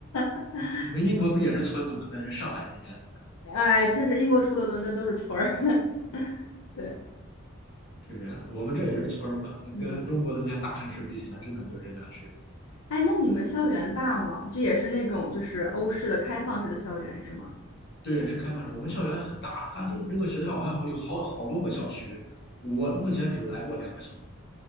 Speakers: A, on the left; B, on the left.
A: <laughs>
B: 你们英国不也是村子嘛？但是上海人眼里
A: 哎，确实英国除了伦敦都是村儿，<laughs> 对，
B: 是这样的，我们这也是村儿嘛，
A: 嗯，
B: 跟中国的这些大城市比起来，真的就真难是，
A: 哎，那你们校园大吗？这也是那种就是欧式的开放式的校园是吗？
B: 对，是开放式。我们校园很大，它是这个学校好像有好好多个校区，我目前只来过两个校。